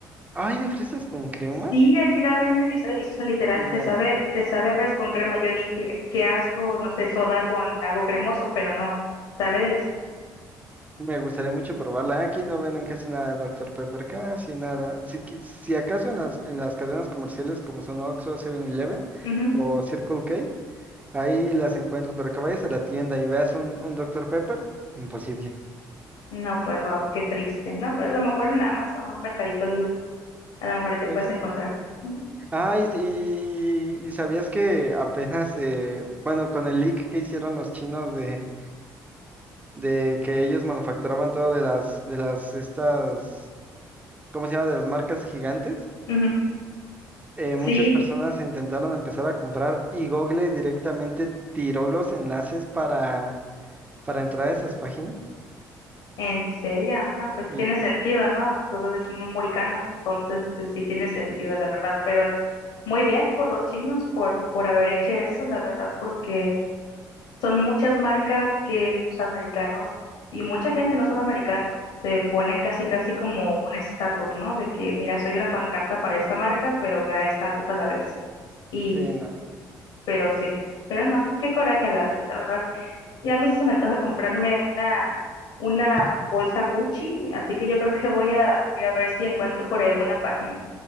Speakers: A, on the right; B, on the left.
A: Ay, ¿de fresas con crema?
B: Sí, aquí la venden y está deliciosa, literal.
A: Nah,
B: Te sabe, te sabe a fresas con crema. Yo di que qué asco, no sé, soda con algo cremoso, pero no, sabe delicioso.
A: me gustaría mucho probarla. Aquí no venden casi nada de Doctor Pepper, casi nada. Si, qui- si acaso en las, en las cadenas comerciales como son Oxxo, Seven eleven
B: Ujú.
A: o Circle K, Ahí las encuentro, pero que vayas a la tienda y veas un, un doctor Pepper, imposible.
B: No, pues wow, qué triste, ¿no? Pero a lo mejor en Amazon, un mercadito libre, a lo mejor ahí te
A: Pues
B: puedes
A: sí.
B: encontrar. Ujú.
A: Ah,
B: Sí.
A: y, y- y sabías que apenas, eh, bueno, con el leak que hicieron los chinos de, de que ellos manufacturaban todo de las, de las, estas, ¿cómo se llama? De las marcas gigantes,
B: Ujú.
A: eh, muchas
B: Sí,
A: personas intentaron empezar a comprar y Google directamente tiró los enlaces para, para entrar a esas páginas.
B: ¿En serio? No, pues
A: Y
B: tiene sentido, ¿no? Yo creo que es mu- muricano, entonces pues, sí tiene sentido, la verdad. Pero muy bien por los chinos por, por haber hecho eso, la verdad, porque son muchas marcas que los americanos y mucha gente, no solo americanos, se ponen casi casi como un estatus, ¿no? De que, mira, soy una pancarta para esta marca, pero me da estatus a la vez. Y,
A: sí, no.
B: pero sí, pero no, qué coraje a la vez, la verdad. Ya a mí sí se me antoja comprarme una, una
A: <laughs>
B: bolsa Fuchi, así que yo creo que voy a, voy a ver si encuentro por ahí alguna página.